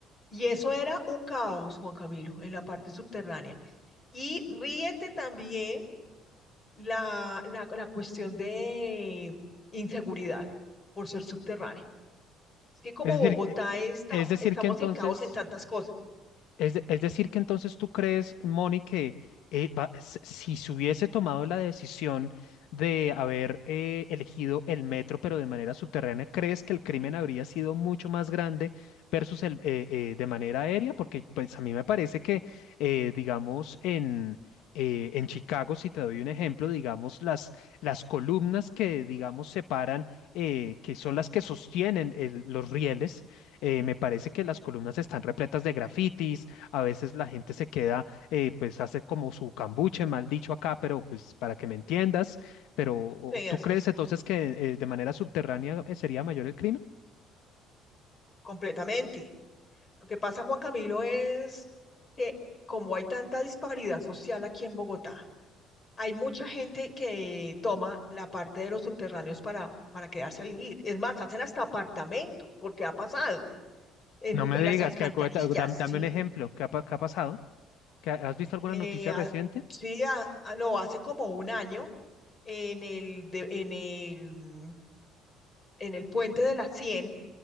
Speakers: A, on the left; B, on the left.
A: y eso era un caos, Juan Camilo, en la parte subterránea. Y ríete también la, la, la cuestión de inseguridad por ser subterránea. Es que como
B: Es
A: Bogotá
B: decir,
A: está,
B: es decir
A: estamos
B: que entonces
A: en caos en tantas cosas.
B: Es, de- es decir, que entonces tú crees, Moni, que eh, va- s- si se hubiese tomado la decisión de haber eh, elegido el metro, pero de manera subterránea, ¿crees que el crimen habría sido mucho más grande versus el, eh, eh, de manera aérea? Porque pues a mí me parece que, eh, digamos, en, eh, en Chicago, si te doy un ejemplo, digamos, las, las columnas que, digamos, separan, eh, que son las que sostienen el- los rieles, eh, me parece que las columnas están repletas de grafitis a veces la gente se queda, eh, pues hace como su cambuche, mal dicho acá, pero pues para que me entiendas, pero o-
A: Sí,
B: ¿tú
A: así
B: crees
A: es,
B: entonces que eh, de manera subterránea eh, sería mayor el crimen?
A: completamente. Lo que pasa, Juan Camilo, es que como hay tanta disparidad social aquí en Bogotá, hay mucha gente que toma la parte de los subterráneos para, para quedarse a vivir. Es más, hacen hasta apartamentos, porque ha pasado entre
B: No me digas
A: las alcantarillas,
B: que acu- da- dam-
A: ¿sí?
B: dame un ejemplo, ¿qué ha, pa- qué ha pasado? ¿Qué ha- ¿Has visto alguna
A: Eh,
B: noticia
A: a-
B: reciente?
A: sí, a- a- no, hace como un año en el, de- en el, mm, en el puente de la Cien,